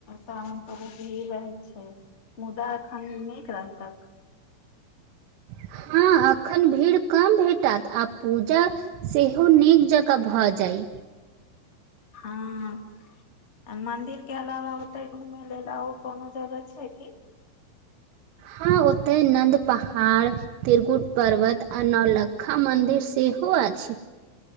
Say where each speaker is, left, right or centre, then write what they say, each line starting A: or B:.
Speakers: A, on the left; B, on the right.
A: सावन भीड़ रहै छै मुदा अखन नीक रहतह
B: हाँ एखन भीड़ कम भेटत आ पूजा सेहो नीक जका भऽ जाइ
A: हाँ मंदिर के अलावा ओते घूमय लेल और कोनो जगह छै की
B: हँ ओतय नन्द पहाड़ त्रिकुट पर्वत आर नौलक खा मन्दिर सेहो अछि